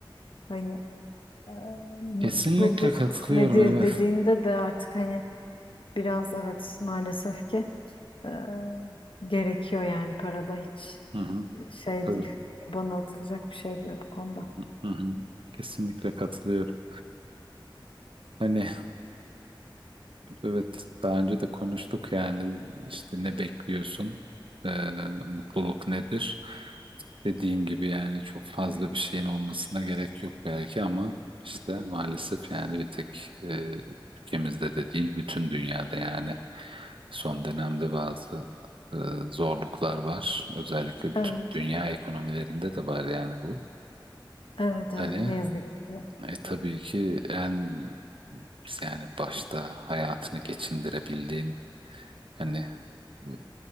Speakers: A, on the left; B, on the right.
A: hani e, mutluluk
B: Kesinlikle katılıyorum.
A: nedir
B: Evet.
A: dediğinde de artık hani biraz evet maalesef ki e, gerekiyor yani parada hiç
B: Hı hı.
A: şey
B: Tabii.
A: değil. Bana atılacak bir şey değil bu konuda.
B: Hı hı, hı hı. Kesinlikle katılıyorum. Hani evet daha önce de konuştuk yani işte ne bekliyorsun? Ee, mutluluk nedir? Dediğin gibi yani çok fazla bir şeyin olmasına gerek yok belki ama işte maalesef yani bir tek e, ülkemizde de değil bütün dünyada yani Son dönemde bazı e, zorluklar var. Özellikle bütün
A: Evet,
B: dünya ekonomilerinde de var yani bu.
A: evet, evet
B: Hani
A: ne yazık ki.
B: e, tabii ki en yani başta hayatını geçindirebildiğin hani e,